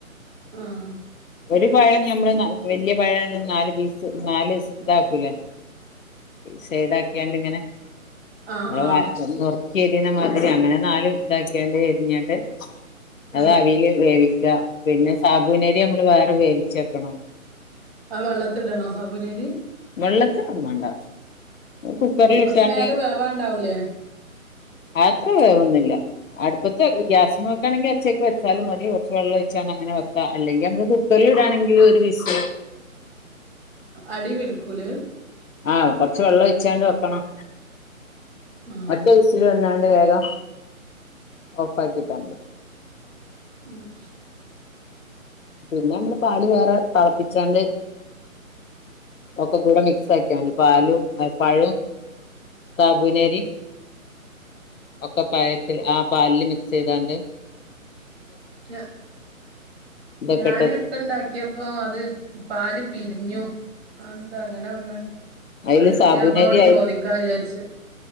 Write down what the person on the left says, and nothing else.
ഒരു പഴം ഞമ്മള് വല്യ പഴം നാല് പീസ് നാല് ഇതാക്കൂലെ സൈഡ ആാക്കിയാണ്ട് ഇങ്ങനെ
നമ്മള
നറുക്കി എരിുന്ന മാതിരി അങ്ങനെ നാാല ഇതാക്കണ്ട എരിഞ്ഞിട്ട് അത്
അവൽ വേവിക്ക പിന്നെ സാബുവിനരി നമ്മള് വേറെ വേവിച്ചെക്കണം
വെള്ളത്തി അടു മണ്ട കുക്കറൽിട്ടാണ്ട്
അത്ര വേൊന്നില്ല അടുപ്പത്തെ ഗ്യാസ് നോക്കയാണെങ്കിൽച്ചക്കക്ക് വെച്ചാലും മതി കുറച്ച് വെള്ളംഴ അങ്ങനെക്കാ അല്ലെങ്കിൽ നമ്മ കു ടാണെങ്കിലും ഒരു വിസ് <unintelligible>
ആഹ് കൊറച്ച വെള്ളം ഒഴിച്ചാണ്ട് വെക്കണം
മറ്റേ ദസൽ വന്ന വേഗം ഓഫാക്കിക്കാണ്ട്
പിന്നെ മ്മള് പാല് വേറെ തളപ്പിച്ചാണ്ട് ഒക്കെ കൂടെ മിക്സ് ആക്കിയാണ്ട് പാലും അ പഴും സാബൂനരി ഒക്കെ പയത്തില് ആ പാലില് മിക്സ് യ്താണ്ട്
ഇതൊക്കെ
ഇട്ട്
അതില്
സാബുനരി